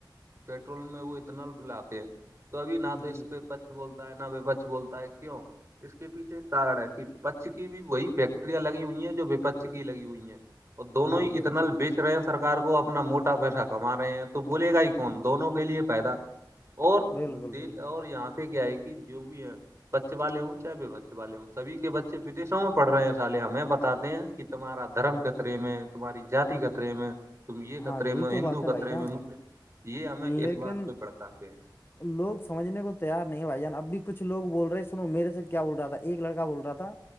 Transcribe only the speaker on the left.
جی
جی
ہاں
بالکل
جی
بالکل
بالکل
ہاں
یہی
تو
بات ہے بھائی
جان
لیکن
لوگ سجھنے کو تیار نہیں ہے بھائی جان اب بھی کچھ لو بول رہے ہیں سنو میرے سے کیا بول رہا تھا ایک لڑکا بول رہا تھا